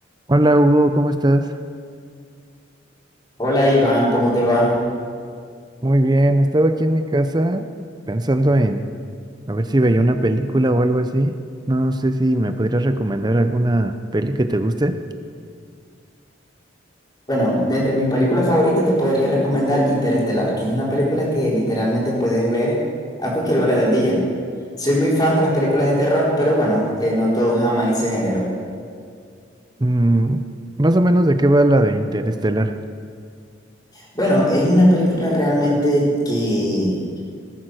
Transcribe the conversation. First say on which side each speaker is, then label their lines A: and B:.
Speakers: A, on the right; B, on the left.
A: Hola Hugo, ¿cómo estás?
B: Hola Iván, ¿cómo te va?
A: Muy bien, estaba aquí en mi casa pensando en a ver si veía una película o algo así. No sé si me podrías recomendar alguna peli que te guste.
B: Bueno, de entre mis películas favoritas te podría recomendar Interestelar, que es una película que literalmente puedes ver a cualquier hora del día. Soy muy fan de las películas de terror, pero bueno, eh, no todos aman ese género.
A: Mm, más o menos de qué va la de Interestelar.
B: Bueno, es una película realmente que